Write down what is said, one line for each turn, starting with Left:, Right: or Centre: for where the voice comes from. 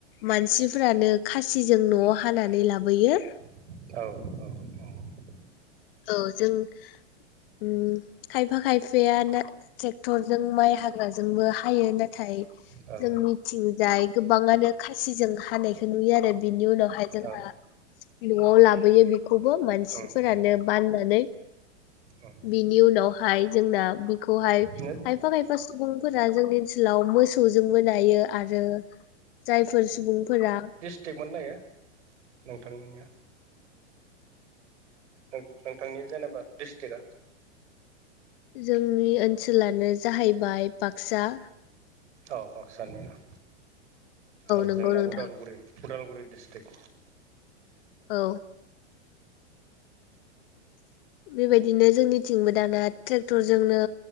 Left: मानसिफ्रानो खासिजों न'आव हानानै लाबोयो
Right: औ औ औ
Left: औ जों उम खायफा खायफाया ना टेक्टरजों माइ हा ग्राजोंबो हायो नाथाय
Right: औ
Left: जोंनिथिंजाय गोबाङानो खासिजों हानायखौ नुयो आरो बिनि उनावहाय जोंहा
Right: औ
Left: न'आव लाबोयो बिखौबो मानसिफोरानो
Right: उम उम
Left: बाननानै
Right: उम
Left: बिनि उनावहाय जोंना बि खौहाय
Right: नो
Left: खायफा खायफा सुबुंफोरा जोंनि ओनसोलाव मोसौ खौजोंबो नायो आरो जायफोर सुबुंफोरा
Right: स्टिटमोन नायो नोंथांनिया नों नोंथांनि जेनेबा डिस्टका
Left: जोंनि ओनसोलानो जाहैबाय बाक्सा
Right: औ बाक्सानि ना औ
Left: नंगौ
Right: जोंना
Left: नोंथां
Right: उदालगुरि उदालगुरि डिस्टक
Left: औ बेबादिनो जोंनिथिंबो दाना टेक्टरजोंनो